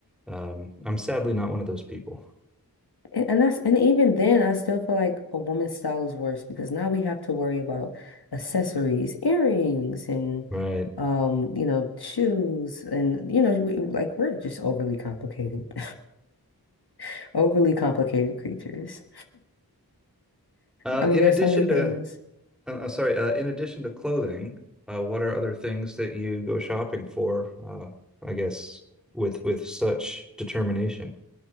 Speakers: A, in the centre; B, on the left.
A: Um, I'm sadly not one of those people.
B: and, and that's and even then, I still feel like a woman's style is worse because now we have to worry about accessories, earrings, and
A: Right.
B: um, you know, shoes, and you know, we, like we're just overly complicated, <laughs> overly complicated creatures.
A: Uh,
B: I mean,
A: in
B: there's
A: addition
B: so many things.
A: to, uh, I'm sorry, uh, in addition to clothing, uh, what are other things that you go shopping for? Uh, I guess with with such determination.